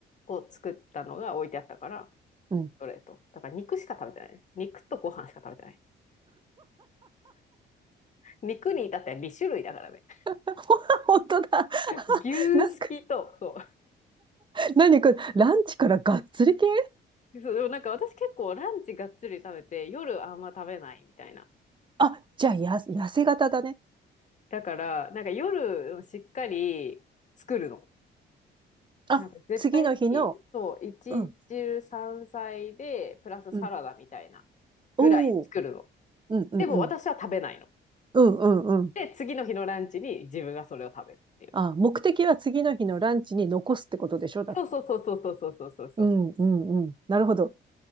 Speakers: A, on the left (about 40°); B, on the right (about 25°).
A: を作ったのが置いてあったから、
B: うん。
A: それと。だから肉しか食べてないね。肉とご飯しか食べてない。肉に至っては2種類だからね。
B: <laughs> 本当だ。
A: 牛すきと、
B: なんか、
A: そ
B: 何これ、ランチからがっつり系
A: う。そう、でもなんか私結構ランチがっつり食べて、夜あんま食べないみたいな。
B: あ、じゃあ、や、痩せ型だね。
A: だから、なんか夜しっかり作るの。
B: あ、
A: なんか絶対に、
B: 次の日の、
A: そう、一汁三菜で、
B: うん、
A: プラスサラダみたいなぐらい作るの。
B: うん。おー。うんうんうん。
A: でも私は食べないの。
B: うんうんうん。
A: で、次の日のランチに自分がそれを食べるっていう。
B: あ、目的は次の日のランチに残すってことでしょだって。
A: そうそうそうそうそうそうそうそう。
B: うんうんうん。なるほど。